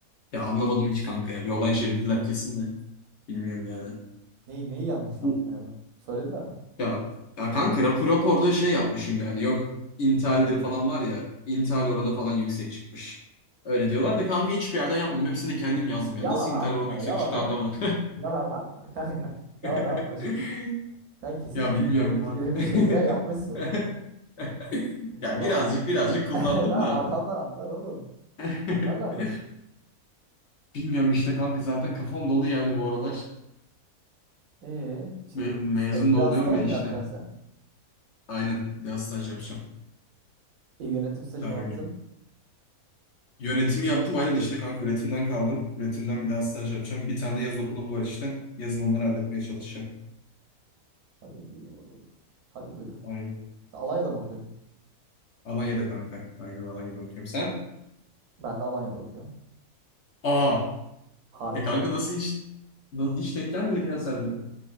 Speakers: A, on the left; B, on the right.
A: Ya anlamadım hiç kanka ya. Bir olay çevirdiler kesin de. Bilmiyorum yani.
B: Neyi, neyi yanlış
A: Bu
B: yaptın acaba? Söylediler mi?
A: ya, ya kanka rapor, raporda şey yapmışım yani. Yok intihalleri falan var ya. İntihal oranı falan yüksek çıkmış. Öyle diyorlar da kanka hiçbir yerden yapmadım. Hepsini de kendim yazdım
B: Yalan
A: ya. Nasıl
B: atma,
A: intihal oranı yüksek
B: yalan
A: çıktı
B: atma.
A: anlamadım.
B: Yalan atma kanka. Yalan
A: <laughs>
B: atma şimdi. Sen kesin
A: Ya bilmiyorum
B: birinin
A: kanka.
B: birinin
A: <laughs>
B: şeyinden yapmışsındır.
A: Ya
B: Adamlar.
A: birazcık birazcık kullandım
B: <laughs> Daha
A: da.
B: adamlar anlar oğlum.
A: <laughs>
B: Anlarlar tabii.
A: Bilmiyorum işte kanka zaten kafam dolu yani bu aralar.
B: Ee, şimdi
A: Me- Mezun
B: sta- bir
A: da
B: daha
A: oluyorum
B: staj
A: ya işte.
B: mı yapacaksın sen?
A: Aynen. Bir daha staj yapacağım.
B: E, yönetim stajını
A: Daha uygun.
B: yaptın.
A: Yönetimi yaptım. Aynen işte kanka üretimden kaldım. Üretimden bir daha staj yapacağım. Bir tane de yaz okulu var işte. Yazın onları halletmeye çalışacağım.
B: Hadi buyur. Hadi buyur.
A: Aynen.
B: Sen Alanya'da mı okuyordun?
A: Alanya'da kanka. Aynen Alanya'da okuyorum. Sen?
B: Ben de Alanya'da okuyorum.
A: Aa.
B: Harbi
A: E kanka
B: diyorum.
A: nasıl hiç, nasıl hiç denk gelmedik ya senle.